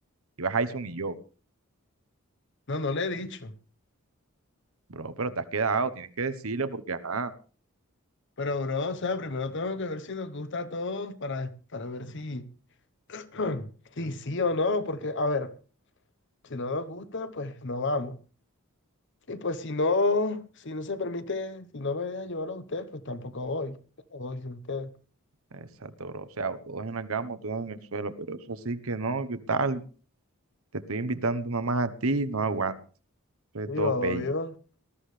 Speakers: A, on the right; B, on the left.
A: ibas Jason y yo,
B: No, no le he dicho,
A: bro, pero te has quedado, tienes que decirle porque, ajá,
B: pero, bro, o sea, primero tengo que ver si nos gusta a todos para, para ver si... <clears throat> Sí, sí o no, porque, a ver... Si no nos gusta, pues no vamos. Y pues si no, si no se permite, si no me dejan llevarlo a ustedes, pues tampoco voy. Yo no voy sin ustedes.
A: exacto, bro. O sea, o todos en la cama, o todos en el suelo, pero eso sí que no, ¿qué tal? te estoy invitando nada más a ti, no aguanto, es
B: Muy
A: todo
B: obvio.
A: pay.